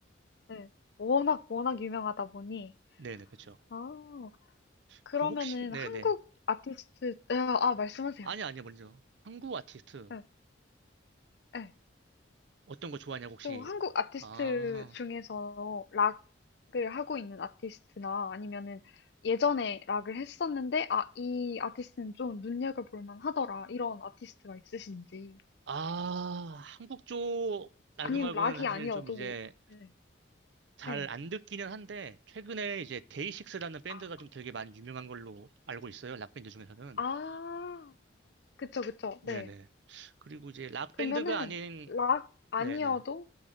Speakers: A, on the left; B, on the right.
A: 네. 워낙 워낙 유명하다 보니
B: 네네, 그쵸.
A: 아. 그러면은
B: 그 혹시, 네네.
A: 한국 아티스트 예 아 말씀하세요.
B: 아니, 아니요, 먼저. 한국 아티스트,
A: 예. 예.
B: 어떤 거 좋아하냐고, 혹시.
A: 좀 한국 아티스트
B: 아,
A: 중에서 락을 하고 있는 아티스트나 아니면은 예전에 락을 했었는데 '아 이 아티스트는 좀 눈여겨 볼 만하더라.' 이런 아티스트가 있으신지.
B: 아, 한국 쪽 나그막은
A: 아니면 락이
B: 사실
A: 아니어도
B: 좀 이제
A: 네.
B: 잘
A: 네.
B: 안 듣기는 한데, 최근에 이제 데이식스라는 밴드가
A: 아
B: 좀 되게 많이 유명한 걸로 알고 있어요, 락밴드 중에서는.
A: 아. 그쵸, 그쵸.
B: 네네.
A: 네.
B: 그리고 이제 락
A: 그러면은
B: 밴드가 아닌
A: 락 아니어도
B: 네네.